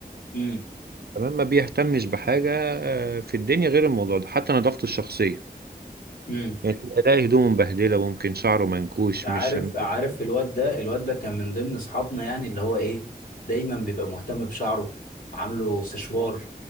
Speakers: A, on the left (about 55°); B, on the right (about 80°).
A: امم،
B: تمام ما بيهتمش بحاجه آه، في الدنيا غير الموضوع ده حتى نظافته الشخصيه
A: امم.
B: يعني تلاقي هدومه مبهدله ممكن شعره منكوش
A: انت عارف
B: مش مش-
A: عارف الواد ده الواد ده كان من ضمن اصحابنا يعني اللي هو ايه دايما بيبقى مهتم بشعره عامله سشوار